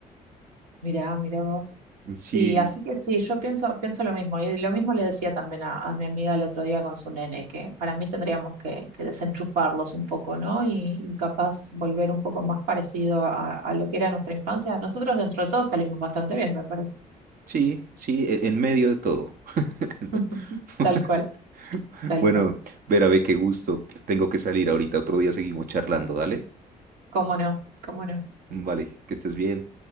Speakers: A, on the right (about 85°); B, on the right (about 45°).
A: Mirá, mirá vos.
B: Sí,
A: Sí, así que sí, yo pienso, pienso lo mismo. Y lo mismo le decía también a, a mi amiga el otro día con su nene, que para mí tendríamos que, que desenchufarlos un poco, ¿no? Y, y capaz volver un poco más parecido a, a lo que era nuestra infancia. Nosotros dentro de todo salimos bastante bien, me parece.
B: sí, sí, en, en medio de todo. <laughs>
A: <laughs> Tal cual, tal
B: Bueno,
A: cual.
B: Vera, ve qué gusto. Tengo que salir ahorita, otro día seguimos charlando, dale.
A: ¿Cómo no? ¿Cómo no?
B: Vale, que estés bien.